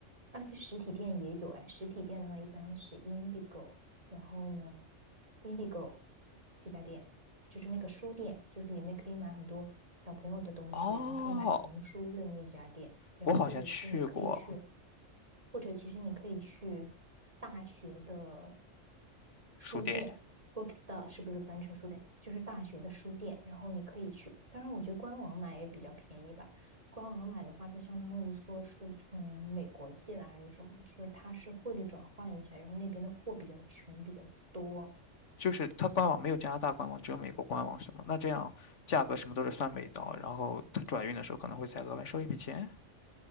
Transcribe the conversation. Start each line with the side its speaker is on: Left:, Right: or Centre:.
Right: 啊，这实体店也有哎。实体店的话，一般是 Indigo，然后呢，Indigo 这家店就是那个书店，就是里面可以买很多小朋友的东西，
Left: 哦，
Right: 然后可以买童书的那家店，然后或者是你可以去，
Left: 我好像去过
Right: 或者其实你可以去大学的书店，Bookstore
Left: 书店。
Right: 是不是翻成书店？就是大学的书店，然后你可以去。当然，我觉得官网买也比较便宜吧。官网买的话，它相当于说是从美国寄来还是什么，就是它是汇率转换一下，然后那边的货比较全，比较多，
Left: 就是它官网没有加拿大官网，只有美国官网什么？那这样价格什么都是算美刀，然后它转运的时候可能会再额外收一笔钱。